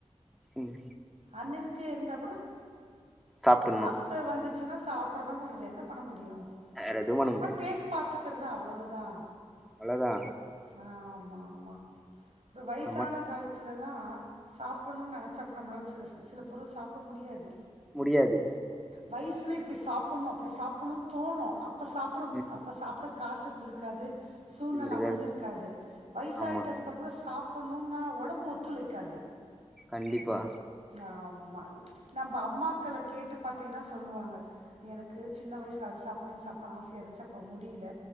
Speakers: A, in the centre; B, on the right (about 75°).
A: ம்
B: அன் ஹெல்த்தியா இருந்தா குடொ
A: சாப்ட்டுணும்
B: ஆச வந்துச்சுன்னா சாப்புடதா முடியு வேற என்ன பண்ண முடிய
A: வேற எதுவும் பண்ண
B: சும்மா
A: முடியாது
B: டேஸ்ட் பாக் குறதா அவ்ளோதா
A: அவ்ளதா
B: ஆ ஆமா ஆமா அப்றொ வயசான
A: நம்மளால
B: காலத் துலலா சாப்புட்ணுனு நெனச்சா கூட நம்மளால சில சில பொருள் சாப்புட முடியாது
A: முடியாது
B: வயிசுல இப்டி சாப்புட்ணு அப்டி சாப்புட்ணுனு தோணு அப்ப சாப்புட மு
A: ம்
B: அப் அப்ப சாப்புட காசு இருந்துருக்காது சூழ்நெல
A: இருந்திருக்காரு
B: அமஞ்சிருக்காது வயசாயிட்டதுக்கு
A: ஆமா
B: அப் ப்பறொ சாப்புட்ணுனா ஒடம்பு ஒத்துழைக்காது
A: கண்டிப்பா
B: ஆமா நம்ப அம்மாக்கள கேட்டு பாத்திங்கன்னா சொல்லுவாங்க எனக்கு சின்ன வயசுல அது சாப்புட்னு இது சாப்புட்னு ஆசையா இருந்ச்சு அப்ப முடியல